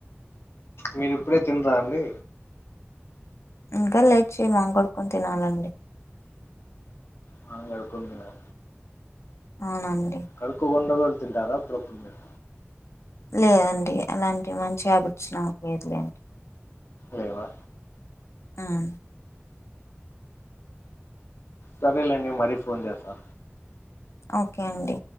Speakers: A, on the left; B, on the left.
A: మీరు ఇప్పుడే తిన్రా అండి
B: ఇంకా లేచి మొహం కొడుకొని తినాలండి
A: మొహం కడుక్కొని తినాలా
B: అవునండి
A: కడుక్కోకుండా కూడా తింటారా అప్పుడప్పుడు మీరు
B: లేదండి అలాంటి మంచి హ్యాబిట్స్ నాకు లేదులేండి
A: లేేవా
B: ఉమ్మ్
A: సరే లేండి మరీ ఫోన్ చేస్తా
B: ఓకే అండి